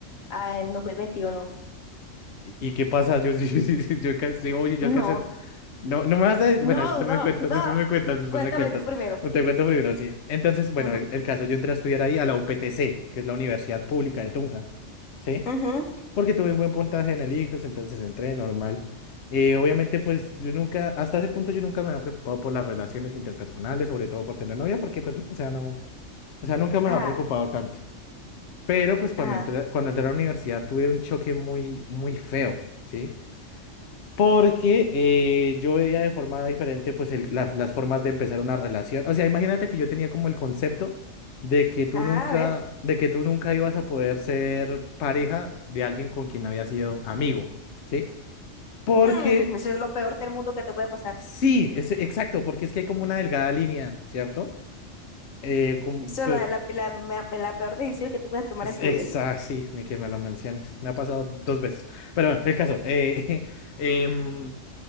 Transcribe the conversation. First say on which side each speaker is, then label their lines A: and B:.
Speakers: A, on the left; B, on the left.
A: ah, en dos mil veintiuno
B: ¿Y y qué pasa? Yo, <laughs> yo, yo, yo yo alcancé- oye, yo
A: No,
B: alcancé. No, no me vas a. Bueno,
A: no,
B: después
A: no,
B: me cuentas,
A: no.
B: después me cuentas, después
A: Cuéntame
B: me cuentas.
A: tú primero.
B: No te cuento primero, sí. Entonces, bueno,
A: Ujú,
B: el, el caso, yo entré a estudiar ahí a la UPTC, que es la Universidad Pública de Tunja, ¿sí?
A: ujú.
B: Porque tuve un buen puntaje en el ICFES, entonces entré normal. Eh, obviamente, pues yo nunca, hasta ese punto yo nunca me había preocupado por las relaciones interpersonales, sobre todo por tener novia, porque pues no, o sea, no, o sea, nunca me
A: Ajá,
B: había preocupado tanto. Pero pues cuando
A: ajá,
B: entré, cuando entré a la universidad tuve un choque muy, muy feo, ¿sí? Porque eh, yo veía de forma diferente pues el- la- las formas de empezar una relación. O sea, imagínate que yo tenía como el concepto de que tú
A: ajá,
B: nunca,
A: a ver.
B: de que tú nunca ibas a poder ser pareja de alguien con quien habías sido amigo, ¿sí? Porque
A: Hmm, eso es lo peor del mundo que te puede pasar.
B: sí, es, exacto, porque es que hay como una delgada línea, ¿cierto? Eh, como
A: Eso
B: que-
A: es la, la, la, ma- la peor decisión que tú puedes tomar
B: es-
A: en tu
B: exa-
A: vida.
B: sí, ni que me lo menciones. Me ha pasado dos veces. Pero bueno, el caso. Eh, <laughs> em,